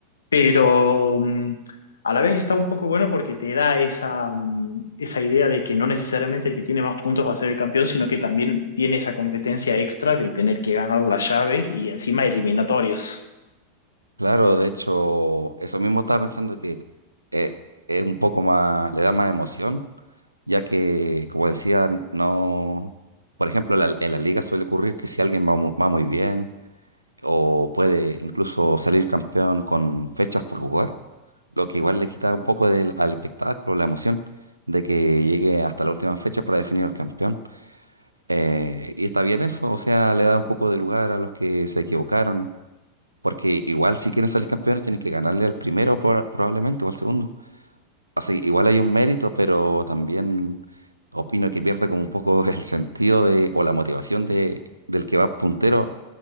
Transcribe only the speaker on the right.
Claro, de hecho, eso mismo estaba pensando que eh, es un poco más, le da más emoción, ya que, como decía, no, por ejemplo, la- en la liga suele ocurrir que si alguien va, mu- va muy bien o puede incluso salir campeón con fechas por jugar, lo que igual le quita un poco del, al espectáculo, la emoción de que llegue hasta la última fecha para definir al campeón. Eh, y está bien eso, o sea, le da un poco de lugar a los que se equivocaron Porque igual si quieren salir campeones tienen que ganarle al primero proba- probablemente o al segundo. O sea, igual hay un mérito, pero también opino que pierde como un poco <laughs> el sentido de, o la motivación de, del que va puntero.